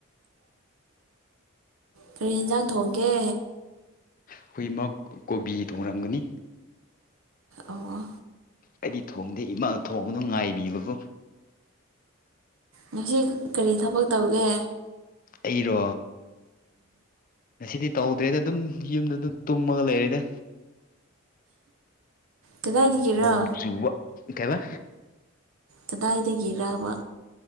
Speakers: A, on the right (about 85°); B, on the left (about 40°).
A: ꯀꯔꯤ ꯌꯦꯟꯁꯥꯡ ꯊꯣꯡꯒꯦ꯫
B: ꯑꯩꯈꯣꯏ ꯏꯃ ꯀꯣꯕꯤ ꯊꯣꯡꯔꯝꯒꯅꯤ
A: ꯑꯣ
B: ꯑꯩꯗꯤ ꯊꯣꯡꯗꯦ ꯏꯃꯥ ꯊꯣꯡꯗꯣ ꯉꯥꯏꯔꯤꯕꯀꯣ
A: ꯉꯁꯤ ꯀꯔꯤ ꯊꯕꯛ ꯇꯧꯒꯦ꯫
B: ꯑꯩꯔꯣ ꯉꯁꯤꯗꯤ ꯇꯧꯗ꯭ꯔꯦꯗ ꯑꯗꯨꯝ ꯌꯨꯝꯗ ꯑꯗꯨꯝ ꯇꯨꯝꯃꯒ ꯂꯩꯔꯦꯗ
A: ꯀꯗꯥꯏꯗꯒꯤꯔꯣ
B: ꯅꯣꯡ ꯆꯨꯋꯥ ꯀꯩꯕ
A: ꯀꯗꯥꯏꯗꯒꯤꯔꯥꯕ